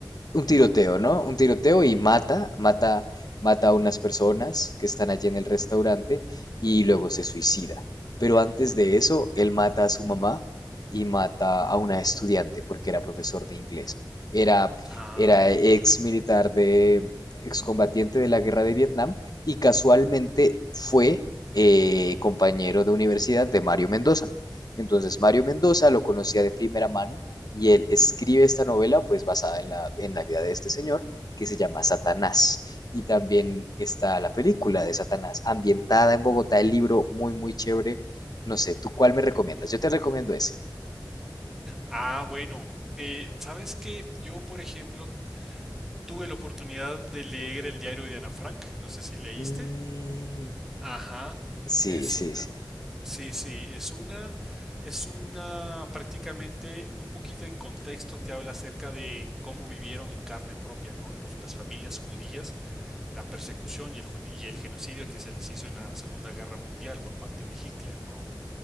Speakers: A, on the left (about 55°); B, in the centre.
A: un tiroteo, ¿no? Un tiroteo y mata, mata, mata a unas personas que están allí en el restaurante y luego se suicida. Pero antes de eso, él mata a su mamá y mata a una estudiante porque era profesor de inglés. Era,
B: Ah.
A: era ex militar de, excombatiente de la guerra de Vietnam y casualmente fue eh, compañero de universidad de Mario Mendoza. Entonces Mario Mendoza lo conocía de primera mano y él escribe esta novela, pues basada en la, en la vida de este señor, que se llama Satanás. Y también está la película de Satanás, ambientada en Bogotá, el libro muy, muy chévere. No sé, ¿tú cuál me
B: mm,
A: recomiendas? Yo te recomiendo ese.
B: Ah, bueno, eh, sabes que yo, por ejemplo, tuve la oportunidad de leer el diario de Ana Frank, no sé si leíste.
A: Mm,
B: Ajá,
A: sí,
B: es
A: sí,
B: una,
A: sí.
B: sí, sí, es una, es una prácticamente un poquito en contexto te habla acerca de cómo vivieron en carne propia, ¿no? Los- las familias judías, la persecución y el, gen- y el genocidio que se les hizo en la Segunda Guerra Mundial por parte de Hitler, ¿no?